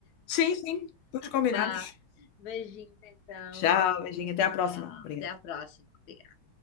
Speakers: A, on the left (about 80°); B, on the left (about 60°).
A: Sim, sim, depois combinamos.
B: Vá. Beijinhos então,
A: Tchau,
B: lindo.
A: beijinho, até à próxima.
B: Tchau.
A: Obrigada.
B: Até à próxima. Obrigada.